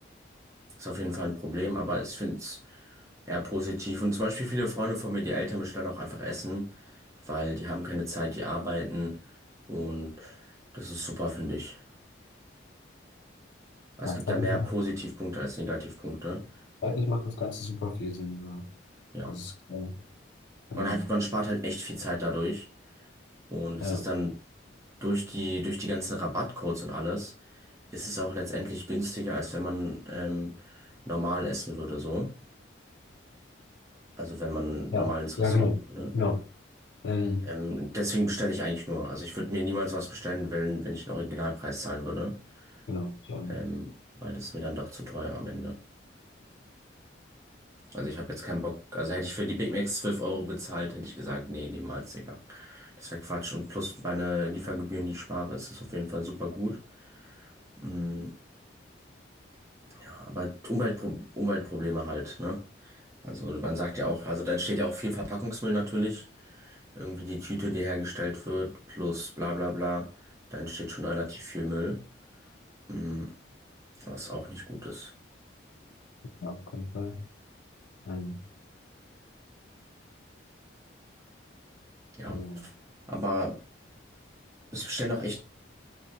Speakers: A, on the right (about 15°); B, on the left (about 65°).
A: ist auf jeden Fall ein Problem, aber ich finde es. eher positiv. Und zum Beispiel viele Freunde von mir, die Eltern bestellen auch einfach Essen, weil die haben keine Zeit, die arbeiten. Und das ist super, finde ich. Es
B: Ja,
A: gibt
B: zeig
A: da mehr
B: ich mal.
A: Positivpunkte als Negativpunkte.
B: Zeitlich macht das Ganze super viel Sinn. So.
A: Ja.
B: Das ist klar.
A: Man
B: Ähm,
A: hat, man spart halt echt viel Zeit dadurch. Und
B: ja,
A: es ist dann durch die, durch die ganzen Rabattcodes und alles, ist es auch letztendlich günstiger, als wenn man ähm, normal essen würde, so. Also wenn man normal
B: ja,
A: ins
B: ja,
A: Restaurant
B: genau.
A: geht,
B: ja Ähm,
A: Ähm, deswegen bestelle ich eigentlich nur. Also ich würde mir niemals was bestellen, wenn, wenn ich den Originalpreis zahlen würde.
B: genau, ich auch nicht.
A: Ähm, weil das ist mir dann doch zu teuer am Ende. Also ich habe jetzt keinen Bock. Also hätte ich für die Big Macs 12 Euro bezahlt, hätte ich gesagt, nee, niemals, Digga. Das wäre Quatsch. Und plus meine Liefergebühren, die ich spare, ist es auf jeden Fall super gut. Mm, ja, aber Umweltpro Umweltprobleme halt, ne? Also man sagt ja auch, also da entsteht ja auch viel Verpackungsmüll natürlich. Irgendwie die Tüte, die hergestellt wird, plus bla bla bla. Da entsteht schon relativ viel Müll. Mm, Was auch nicht gut ist.
B: Ja, auf keinen Fall. Ähm,
A: Ja.
B: so.
A: Aber es bestellen auch echt,